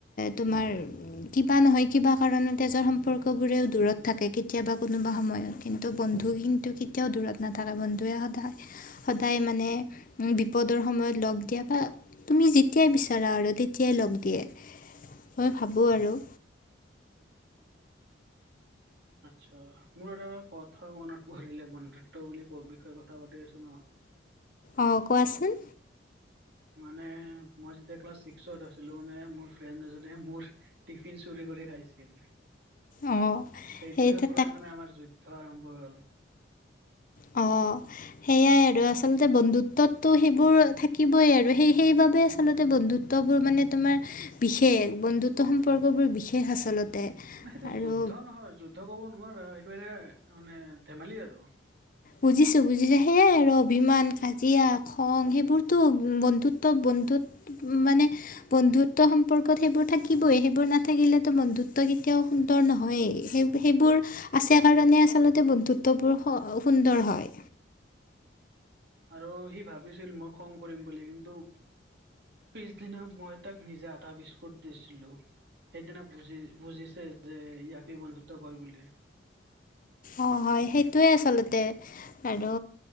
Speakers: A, on the left; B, on the right.
A: তোমাৰ কিবা নহয় কিবা কাৰণত তেজৰ সম্পৰ্ক বোৰেও দূৰত থাকে কেতিয়াবা কোনোবা সময়ত কিন্তু বন্ধু কিন্তু কেতিয়াও দূৰত নাথাকে বন্ধুৱে সদায় সদায় মানে বিপদৰ সময়ত লগ দিয়া বা, তুমি যেতিয়াই বিচাৰা আৰু তেতিয়াই লগ দিয়ে। মই ভাবোঁ আৰু।
B: আত্ছা মোৰ এটা কথা মনত পৰিলে বন্ধুত্ব বুলি ক বিষয়ে কথা পাতি আছো ন'।
A: অঁ', কোৱাচোন।
B: মানে মই যেতিয়া ক্লাছ ছিক্সত আছিলো, মানে মোৰ ফ্ৰেণ্ড এজনে মোৰ টিফিন চুৰি কৰি খাইছিল।
A: অঁ
B: সেইদিনৰ
A: সেই
B: পৰাই
A: তাক
B: মানে আমাৰ যুদ্ধ আৰম্ভ হ'ল।
A: অঁ'। সেয়াই আৰু আচলতে বন্ধুত্বতো সেইবোৰ থাকিবই, আৰু সেই সেইবাবে আচলতে বন্ধুত্ব বোৰ মানে তোমাৰ বিশেষ বন্ধুত্ব সম্পৰ্কবোৰ বিশেষ আচলতে।
B: মানে সেইটো
A: আৰু
B: যুদ্ধ নহয় যুদ্ধ ক'ব নোৱাৰো সেইটো এ মানে ধেমালি আৰু।
A: বুজিছোঁ বুজিছোঁ, সেয়াই আৰু অভিমান কাজিয়া খং সেইবোৰতো বন্ধুত্ব বন্ধুত্ব মানে বন্ধুত্ব সম্পৰ্কত সেইবোৰ থাকিবই সেইবোৰ নাথাকিলেতো বন্ধুত্ব কেতিয়াও সুন্দৰ নহয়েই, সেই সেইবোৰ আছে কাৰণে আচলতে বন্দ্ধুত্ববোৰ সুন্দৰ হয়।
B: আৰু সি ভাবিছিল মই খং কৰিম বুলি কিন্তু পিছদিনা মই তাক নিজে আধা বিস্কুট দিছিলো। সেইদিনা বুজি বুজিছে যে, ইয়াকে বন্ধুত্ব কয় বুলি।
A: অঁ', হয়, সেইটোৱে আচলতে। আৰু